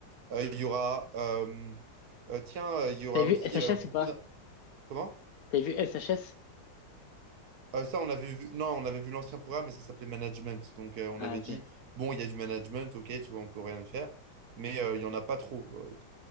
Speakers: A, on the right; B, on the left.
A: Euh, Il y aura, euh, euh, tiens, euh, il y aura
B: T'as vu
A: aussi
B: S H
A: euh,
B: S
A: beaucoup
B: ou pas?
A: d'un... Comment?
B: T'as vu S H S
A: Euh, ça, on avait vu, non, on avait vu l'ancien programme et ça s'appelait management. Donc, euh, on
B: Ah
A: avait
B: ok,
A: dit, bon, il y a du management, ok, tu vois, on peut rien faire, mais euh, il y en a pas trop. euh,